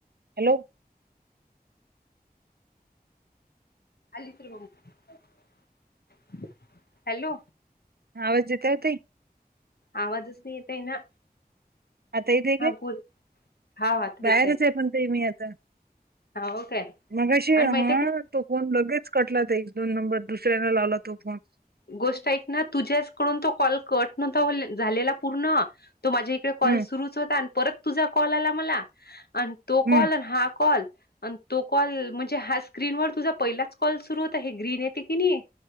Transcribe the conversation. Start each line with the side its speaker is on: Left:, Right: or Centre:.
Right: Hello,
Left: hello,
Right: हा आवाज येतोय ताई.
Left: आवाजच नाही येत आहे ना.
Right: आता इ ते आहे का
Left: हा बोल हा आता
Right: बाहेरच
Left: येतय
Right: आहे पण ते मी आता.
Left: हो काय
Right: मगाशी
Left: आणि माहित
Right: हा.
Left: आहे का
Right: तो फोन लगेच कटला ताई दोन नंबर दुसऱ्याने लावला तो फोन.
Left: गोष्ट ऐक ना तुझ्याचकडून तो कॉल कट नव्हता झालेला पूर्ण. तो माझ्या इकडे कॉल
Right: हम्म
Left: सुरूच होता आणि परत तुझा कॉल आला मला. आणि तो
Right: हम्म
Left: कॉल आणि हा कॉल. आणि तो कॉल म्हणजे हा स्क्रीनवर तुझा पहिलाच कॉल सुरू होता हे ग्रीन येते की नाही.